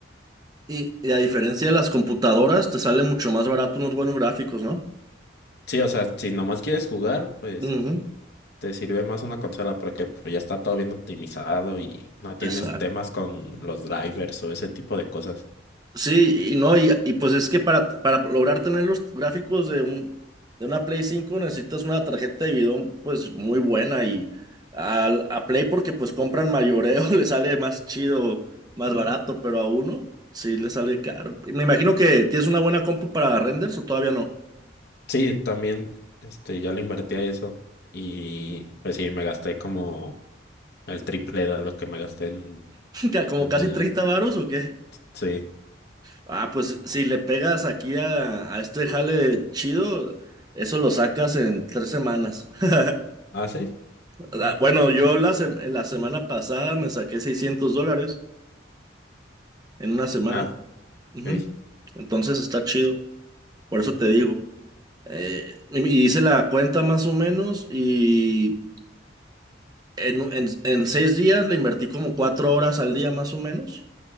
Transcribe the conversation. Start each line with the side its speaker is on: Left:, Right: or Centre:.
Right: Y, y a diferencia de las computadoras, te sale mucho más barato unos buenos gráficos, ¿no?
Left: Sí, o sea, si nomás quieres jugar, pues
Right: Ujú,
Left: te sirve más una consola porque pues, ya está todo bien optimizado y no tienes
Right: Exacto.
Left: temas con los drivers o ese tipo de cosas.
Right: Sí, y no, y, y pues es que para, para lograr tener los gráficos de un de una Play cinco necesitas una tarjeta de video pues muy buena y al- a, Play porque pues compran mayoreo, <laughs> le sale más chido, más barato, pero a uno sí le sale caro. Y Me imagino que tienes una buena compu para renders o todavía no.
Left: Sí, también, este, ya le invertí a eso y pues sí, me gasté como el triple de lo que me gasté en,
Right: Ca- ¿Como
Left: en
Right: casi
Left: el...
Right: 30
Left: est-
Right: varos o qué?
Left: Sí.
Right: Ah, pues si le pegas aquí a, a este jale chido, eso lo sacas en tres semanas. <laughs>
Left: ¿Ah, sí?
Right: Ah, Bueno, yo la, sem- la semana pasada me saqué 600 dólares en una semana.
Left: Ah,
Right: Ujú.
Left: ok.
Right: Entonces está chido, por eso te digo. Eh, y- y hice la cuenta más o menos y en, en, en seis días le invertí como cuatro horas al día más o menos.